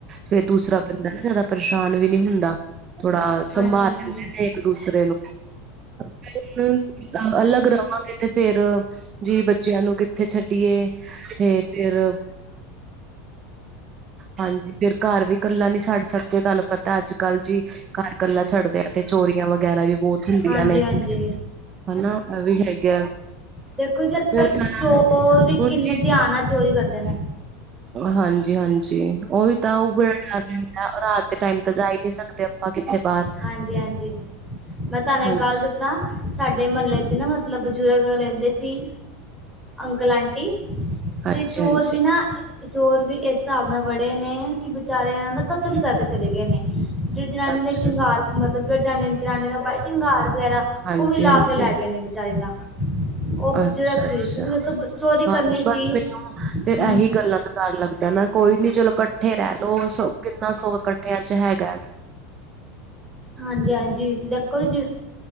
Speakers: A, on the right; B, in the centre.
A: ਫੇਰ ਦੂਸਰਾ ਬੰਦਾ ਨਾ ਜਾਦਾ ਪਰੇਸ਼ਾਨ ਵੀ ਨੀ ਹੁੰਦਾ, ਥੋੜਾ ਸੰਭਾਲ
B: ਹਾਂਜੀ ਹਾਂਜੀ
A: ਲੈਂਦੇ ਨੇ ਏਕ ਦੂਸਰੇ ਨੂੰ, ਫੇਰ ਹੁਣ ਅਲੱਗ ਵਾਂਗੇ ਤੇ ਫੇਰ ਜੀ ਬੱਚੇਆਂ ਨੂੰ ਕਿੱਥੇ ਛੱਡੀਏ, ਤੇ ਫੇਰ ਹਾਂਜੀ, ਫੇਰ ਘਰ ਵੀ ਕੱਲਾ ਨੀ ਛੱਡ ਸਕਦੇ, ਤੁਆਨੂੰ ਪਤਾ ਅੱਜ-ਕੱਲ ਜੀ ਘਰ ਸਾਡੇ ਤੇ ਏਥੇ ਚੋਰੀਆਂ ਵਗੈਰਾ ਵੀ ਬੋਤ ਹੁੰਦੀਆਂ
B: ਹਾਂਜੀ
A: ਨੇ
B: ਹਾਂਜੀ
A: ਹਨਾ, ਐ ਵੀ ਹੈਗਾ।
B: ਦੇਖੋ ਜੀ ਅੱਜ-ਕੱਲ
A: ਫਿਰ ਮੈਂ
B: ਚੋਰ ਵੀ
A: ਹੁਣ
B: ਕਿੰਨੇ ਧਿਆਨ ਨਾਲ ਚੋਰੀ ਕਰਦੇ ਨੇ।
A: ਹਾਂਜੀ-ਹਾਂਜੀ। ਓਹੀ ਤਾਂ ਓ ਬੜਾ ਡਰ ਰੈਂਦਾ, ਰਾਤ ਦੇ ਟਾਈਮ ਤਾਂ ਜਾ ਹੀ ਨੀਂ ਸਕਦੇ ਆਪਾਂ ਕਿਥੇ ਬਾਹਰ।
B: ਹਾਂਜੀ-ਹਾਂਜੀ। ਮੈਂ ਤਾਨੂੰ
A: ਹਾਂਜੀ
B: ਇੱਕ ਗੱਲ ਦੱਸਾਂ, ਸਾਡੇ ਮੁਹੱਲੇ ਚ ਨਾ ਮਤਲਬ ਬਜ਼ੁਰਗ ਰੈਂਦੇ ਸੀ। ਅੰਕਲ-ਆਂਟੀ,
A: ਹਾਂਜੀ
B: ਤੇ ਚੋਰ
A: ਹਾਂਜੀ
B: ਵੀ ਨਾ, ਚੋਰ ਵੀ ਇਸ ਸਾਬ ਨਾਲ ਵੜੇ ਨੇ ਕਿ ਵਿਚਾਰਿਆ ਦ ਕਤਲ ਈ ਕਰਕੇ ਚਲੇ ਗਏ ਨੇ। ਜੇ ੜੀ ਜਨਾਨੀ
A: ਅੱਛਾ
B: ਦਾ ਨ ਸ਼ਿੰਗਾਰ ਮਤਲਬ ਜੇੜਾ ਜਾਨੀ ਜਨਾਨੀ ਦਾ ਪਾਈ ਸ਼ਿੰਗਾਰ ਵਗੈਰਹ
A: ਹਾਂਜੀ
B: ਓਵੀ ਲਾ
A: ਹਾਂਜੀ
B: ਕੇ ਲੈ ਗਏ ਨੇ ਵਿਚਾਰੀ ਦਾ। ਉਹ
A: ਅੱਛਾਂ-ਅੱਛਾ
B: ਬਜ਼ੁਰਗ ਸੀ ਤੁਸੀਂ ਦੱਸੋ ਚੋਰੀ ਕਰਨੀ
A: ਹਾਂਜੀ
B: ਸੀ
A: ਬਸ, ਮੈਨੂੰ ਫੇਰ
B: ਹਮ
A: ਐਹੀ ਗੱਲਾਂ ਡਰ ਲੱਗਦੈ ਨਾ ਕੋਈ ਨੀ ਚਲੋ ਕੱਠੇ ਰੈਲੋ, ਸ ਕਿੰਨਾ ਸੁੱਖ ਕੱਠਿਆਂ ਚ ਹੈਗਾ।
B: ਹਾਂਜੀ-ਹਾਂਜੀ ਬਿਲਕੁੱਲ ਜੀ।